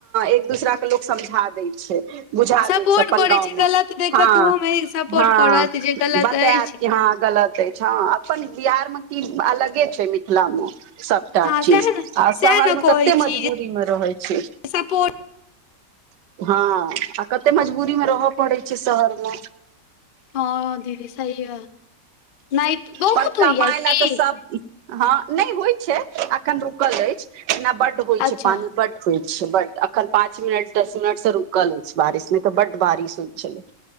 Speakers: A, on the right; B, on the left.
A: एक दूसरा के लोकोग समझा दै छैय। बुझा
B: सपोर्ट
A: दै छै अपन
B: करैत
A: गाँवमे
B: गलत देखत
A: हँ
B: ओहोमे सपोर्ट
A: हँ।
B: करत जे गलत
A: बतायत
B: अछि
A: कि गलत अछि हँ अपन बिहार मे की अलगे छै मिथिला मे। सभटा
B: हँ
A: चीज
B: सएह ने
A: आ
B: सएह
A: शहरमे
B: ने कहै
A: कतेक मजबूरीमे
B: छी जे
A: रहै छै।
B: सपोर्ट
A: हँ आ कते मजबूरीमे रहय पड़ैत छै शहरमे।
B: हँ दीदी सहि मे न
A: पर
B: तुम
A: कमाय
B: यही
A: लए
B: थी।
A: तऽ सब हँ नहि होइ छै अखन रुकल अछि एना बढ़। होइ छै
B: अच्छा
A: पानी। बढ़ होइ छै बड अखन पाच मिनट दस मि रूकल अछि बारिश मे त बड बारिश होय छै <inaudible>